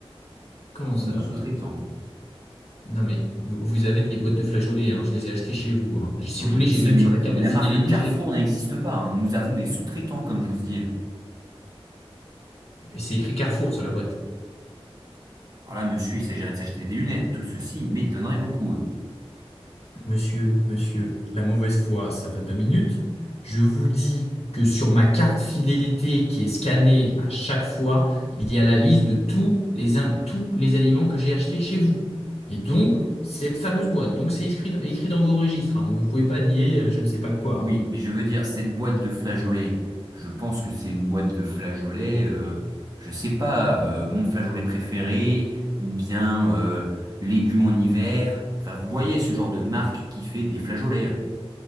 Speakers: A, on the left (about 85°); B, on the right (about 35°).
A: Comment
B: un
A: ça?
B: de nos sous-traitants.
A: Non mais vous, vous avez des boîtes de flageolets. hein, Je les ai achetées chez vous. hein. Si
B: Oui,
A: vous voulez,
B: mais
A: j'ai
B: ce
A: même
B: n'est-
A: sur la carte de
B: la
A: fidélité,
B: marque Carrefour
A: j'ai-
B: n'existe pas. hein. Nous avons des sous-traitants, comme je vous dis.
A: c'est écrit Carrefour sur la boîte.
B: Alors là, monsieur, il s'agirait de s'acheter des lunettes. Tout ceci m'étonnerait beaucoup.
A: Monsieur, monsieur, la mauvaise foi, ça va deux minutes. Je vous dis que sur ma carte fidélité qui est scannée à chaque fois, il y a la liste de tous les, in- tous les aliments que j'ai achetés chez vous. Et donc, cette fameuse boîte. Donc, c'est écrit, écrit dans vos registres. hein. donc, vous pouvez pas nier euh, je ne sais pas quoi.
B: Oui,
A: hein.
B: mais je veux dire, cette boîte de flageolets, je pense que c'est une boîte de flageolets, euh, je sais pas, euh, mon flageolet préféré, ou bien euh, légumes en hiver. Enfin, vous voyez ce genre de marque qui fait des flageolets.